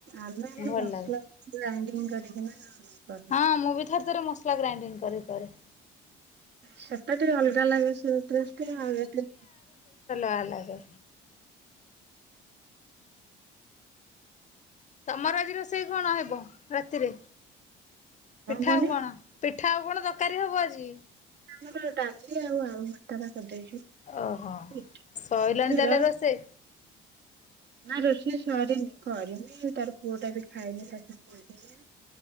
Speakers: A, on the right (about 55°); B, on the left (about 35°).
A: ଆମର
B: ଭଲ
A: ମସଲା
B: ଲାଗେ।
A: ଗ୍ରାଇଣ୍ଡିଙ୍ଗ୍ କରିକିନା କ
B: ହଁ ମୁଁ ବି ଥରେ ଥରେ ମସଲା ଗ୍ରାଇଣ୍ଡିଂ କରି କରେ।
A: ସେଟା ଟିକେ ଅଲଗା ଲାଗେ ସେଇ ଟେଷ୍ଟ୍ ଟା ଆଉ ଏଟା
B: ଆଲାଗେ। ତମର ଆଜି ରୋଷେଇ କଣ ହେବ ରାତିରେ ପିଠା
A: କୁହନି?
B: ଆଉ କଣ? ପିଠା ଆଉ କଣ ତରକାରୀ ହବ ଆଜି?
A: ଆମର ଡାଲିି ଆଉ ଆଳୁ ଭ ତାର କରି ଦେଇଚି
B: ଓହୋ
A: ଇ
B: ସଇଲାଣି
A: କ୍ଷୀର
B: ତାହେଲେ ରୋଷେଇ
A: ନାଁ ରୋଷେଇ ସରିନି କରିମି ତାରେ ପୁଅଟା ବି ଖାଇନେଇ ତାକୁ ଖୋଇଦେମି।